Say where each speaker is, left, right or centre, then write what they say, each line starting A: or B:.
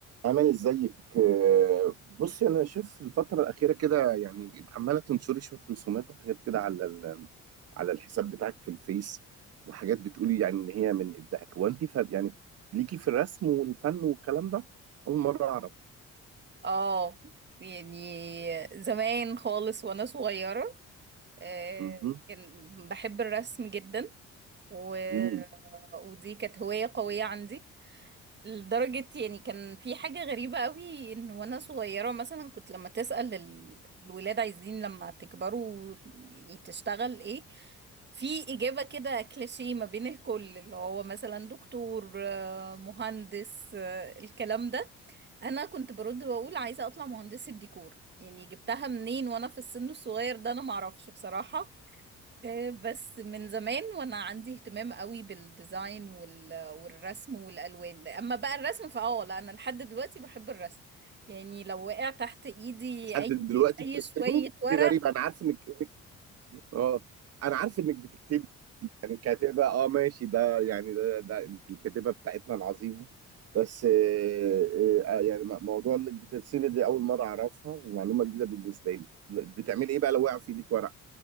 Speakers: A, on the right (about 55°); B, on the right (about 35°).
A: عامل ازيك آه، بصي انا شايف الفتره الاخيره كده يعني عماله تنشري شويه رسومات وحاجات كده على ال- على الحساب بتاعك في الفيس وحاجات بتقولي يعني ان هي من ابداعك هو انت ف- يعني ليكي في الرسم والفن والكلام ده اول مره اعرف
B: اه يعني زمان خالص وانا صغيرة آه،
A: مهم.
B: كان بحب الرسم جدا و...
A: مم.
B: ودي كانت هواية قوية عندي لدرجة يعني كان في حاجة غريبة قوي ان وانا صغيرة مثلا كنت لما تسأل ال- الولاد عايزين لما تكبروا يعني تشتغل ايه في إجابة كده كليشيه ما بين الكل اللي هو مثلا دكتور آه، مهندس آه، الكلام ده انا كنت برد واقول عايزة اطلع مهندسة ديكور يعني جبتها منين وانا في السن الصغير ده انا معرفش بصراحة آه، بس من زمان وانا عندي اهتمام قوي بالديزاين وال... والرسم والالوان اما بقى الرسم فاه لا انا لحد دلوقتي بحب الرسم يعني لو وقع تحت ايدي
A: لحد
B: اي
A: دلوقتي
B: اي
A: بترسمي
B: شوية ورق
A: دي غريبه انا عارف انك إنك- اه انا عارف انك بتكتبي يعني كاتبة اه ماشي ده يعني ده ده انت الكاتبة بتاعتنا العظيمة بس آه، آه، آه، يعني م- موضوع انك بترسمي دي اول مرة اعرفها ومعلومة جديدة بالنسبة لي بتعملي ايه بقى لو وقع في ايدك ورق